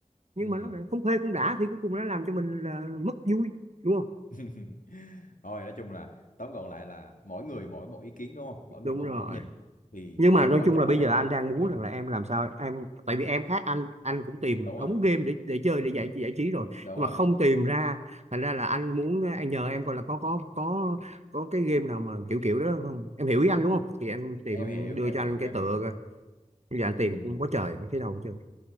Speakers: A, on the right (about 55°); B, on the left (about 80°).
A: nhưng
B: ừ
A: mà nó lại không phê không đã thì cuối cùng nó làm cho mình là mất vui đúng không
B: <laughs> thôi nói chung là tóm gọn lại là mỗi người mỗi một ý kiến đúng không mỗi
A: đúng
B: người mỗi
A: rồi
B: một góc nhìn thì
A: nhưng
B: em
A: mà nói
B: quan
A: chung
B: trọng
A: là bây
B: ở đây
A: giờ anh
B: là
A: đang muốn
B: ừ
A: rằng là em làm sao em tại vì em khác anh anh cũng tìm
B: đúng
A: một đống
B: rồi
A: game để để chơi để giải giải trí rồi
B: đúng
A: nhưng
B: rồi
A: mà không tìm ra thành ra là anh muốn à, anh nhờ em coi là có có có có cái game nào mà kiểu kiểu đó không em hiểu ý anh đúng không thì em tìm
B: em
A: em
B: hiểu
A: đưa
B: em
A: cho
B: hiểu
A: anh cái
B: em
A: tựa
B: hiểu
A: coi bây giờ anh
B: ừ
A: tìm cũng quá trời không thấy đâu hết trơn